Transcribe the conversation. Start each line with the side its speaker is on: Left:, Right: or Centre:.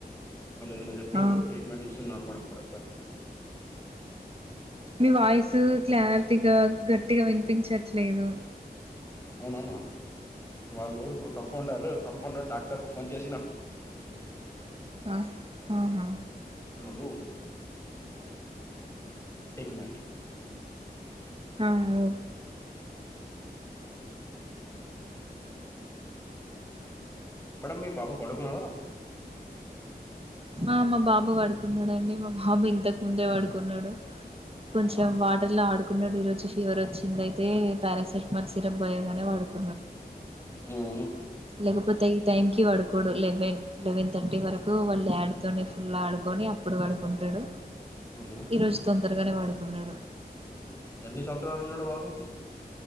Left: మళ్ళీ ఏదైనా చెప్పిండ్రు
Right: ఆ!
Left: ట్రీట్మెంట్ ఇస్తున్నారు మేడం ప్రస్తుతానికి
Right: మీ వాయిస్ క్లారిటీగా గట్టిగా వినిపించట్లేదు
Left: అవునా మేడం వాళ్ళు ఇప్పుడు కంపౌండర్ కంపౌండర్ డాక్టర్కి ఫోన్ చేసిిన
Right: ఆ ఆ
Left: ప్పుడు ఏక్ మినిట్
Right: ఆహా ఓ
Left: అ మేడం మీ బాబు పండుకున్నాడా
Right: ఆ మా బాబు పడుకున్నాడండి మా బాబు ఇంతకు ముందే పడుకున్నాడు కొంచెం
Left: అవునా
Right: వాటర్ లో ఆడుకున్నాడు ఈరోజు ఫీవర్ వచ్చింది అయితే పారాసెటిమాల్ సిరప్ పోయేగానే వాడుకు
Left: ఊమ్
Right: లేకపోతే ఈ టైం కి వడుకోడు లెవెన్ లెవెన్ థర్టీ వరకు వాళ్ళు యాడ్ తోని ఫుల్ ఆడుకొని అప్పుడు పడుకుంటాడు
Left: ఉమ్.
Right: ఈరోజు తొంద తొందరగానే వాడుకున్నాడు
Left: ఎన్ని సంవత్సరాలు ఉన్నాడు బాబు